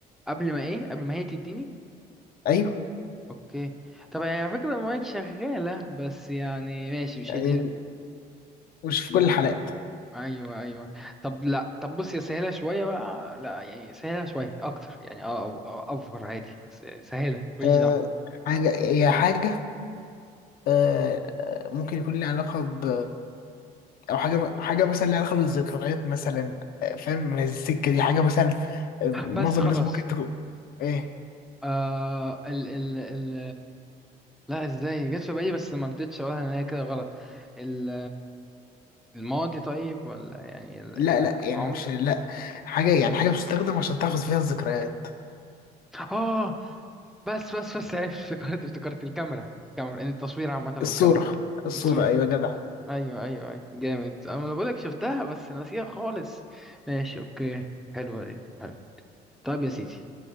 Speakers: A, in the centre; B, on the left.
A: قبل ما ايه قبل ما هي تديني
B: أيوه
A: اوكي طب هي على فكرة المايك شغالة بس يعني ماشي مش
B: يعني
A: هي دي
B: مش في كل الحالات
A: ايوه ايوه طب لا طب بص يا سهله شويه بقى لا يعني سهله شويه اكتر يعني اه أو- أو- افور عادي بس يعني سهله ماليش
B: أه
A: دعوه
B: حاجة هي حاجة أه آه، ممكن يكون لها علاقة ب أو حاجة حاجة مثلا لها علاقة بالذكريات مثلا آه، فاهم من السكة دي حاجة مثلا آه، معظم
A: بس خلاص
B: الناس ممكن تكون إيه
A: آه ال ال ال لا ازاي جت في بالي بس ما رضيتش اقولها ان هي كده غلط ال الماضي طيب ولا يعني ال-
B: لا
A: العمر
B: لا يعني مش لا حاجة يعني حاجة بتستخدم عشان تحفظ فيها الذكريات
A: اه بس بس بس عرفت افتكرت افتكرت الكاميرا الكاميرا ان التصوير عامه والكاميرا
B: الصورة الصورة
A: الصوره
B: أيوة يا جدع
A: ايوه ايوه ايوه جامد انا بقول لك شفتها بس ناسيها خالص ماشي اوكي حلوه دي حلو طيب يا سيدي